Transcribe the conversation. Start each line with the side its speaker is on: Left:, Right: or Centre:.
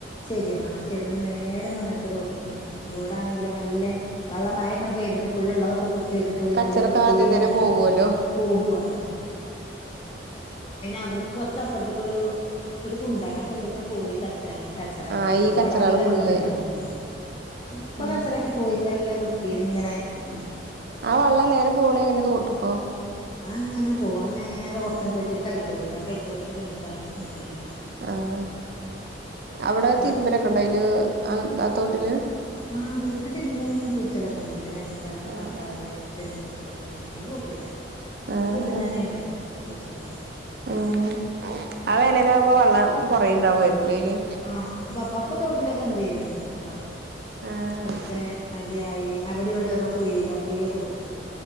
Left: ചെരിവാണ് ആ ചെരുവന്ന് നേരൻ വന്നിട്ട് റോട്ടക്ക് നിത്തും റോഡാണെങ്കിൽ നല്ല വെള്ളം മയക്കണപ്പോെയ്തിട്ട് ഫുള് ഉള്ളതൊക്കെ കുത്തി വെച്ച് പോയി
Right: കച്ചറൊക്കെ
Left: നല്ല വൃത്തി
Right: ആദ്യം തന്നെ
Left: നടക്കണ
Right: പോവല്ലോ
Left: പോഹുുവാലോ അയിന് അവിടക്ക് കൊറച്ചപ്പുറത്തേക്ക ഒരു ഒരു കുണ്ടാണ് ആ കുണ്ടക്കെ പോയി തട്ടാണ് ച്ചറൊക്കെ
Right: ആഹ്
Left: അപ്പൾ
Right: ഈ കച്ചറകള്
Left: ഇവിടെ നല്ല
Right: ഫുള്ള്
Left: വൃത്തി ഉണ്ടാവും ഇപ്പൊ
Right: ആഹ്
Left: കച്ചറൊക്കെ പോയിപ്പോ എല്ലാ വൃത്തിയില ഇങ്ങനെ നിൽക്കും
Right: ആ വെള്ളം നേരെ പോകണ അങ്ങനെ തോട്ട്ക്കോ
Left: ആ അങ്ങനെ പോകോ അത് നേരെ കുറച്ചന്ന പോയിട്ടൊ ഒരു കൈത്തോടുണ്ട് ആ കൈത്തോട്ടൊക്കെ ചെന്നിട്ടാണ് മുട്ടുന്നത്
Right: ആഹ് അവിടെ
Left: ഇവിടെ
Right: തിരുമ്പലൊക്കെ ഉണ്ട അതില് ആഹ് തോട്ടില്
Left: ആഹ് തോട്ടില് തിരുമ്പും കുൾച്ചലൊക്കെ ഉണ്ട് വേനൽ കാലത്തൊക്കെ
Right: ആഹ്
Left: ആൾക്കാര്
Right: ആഹ്
Left: തിരുമ്പും കുൾച്ചൊക്കെ ചെ ഞങ്ങൾ പോക്കില്ല.
Right: ആഹ്
Left: ങ്ങൾ വീട്ടിന്നെഞ്ഞേണ്
Right: ആഹ്
Left: കുൾച്ചലൊക്കെ.
Right: ഉം ഹും ആഹ് വേനലാവംമ്പോ വള്ളം കൊറേണ്ടാവായിരിക്കു അയില്.
Left: ആഹ് അപ്പപ്പ തോട്ടിലൊക്കെ എന്ത് ചെയ്യും ഇതാവും.
Right: ആഹ്
Left: മറ്റേ അടിയായി അവിടെ ഇവിടെ ഓരോ കുഴില്ല കുഴിയൊക്കെ കുത്തു.